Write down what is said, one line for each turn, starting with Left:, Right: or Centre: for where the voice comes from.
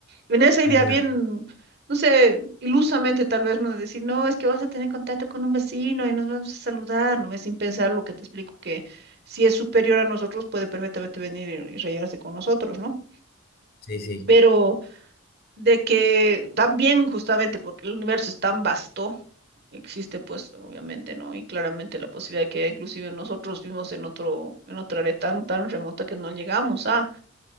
Right: En esa idea
Left: Ya,
Right: bien, no sé, ilusamente tal vez, ¿no? De decir, no, es que vamos a tener contacto con un vecino y nos vamos a saludar, ¿no? Es sin pensar lo que te explico, que si es superior a nosotros, puede perfectamente venir y, y rayarse con nosotros, ¿no?
Left: sí, sí.
Right: Pero de que también justamente porque el universo es tan vasto, existe pues obviamente, ¿no? Y claramente la posibilidad de que inclusive nosotros vivimos en otro, en otra área tan, tan remota que no llegamos a.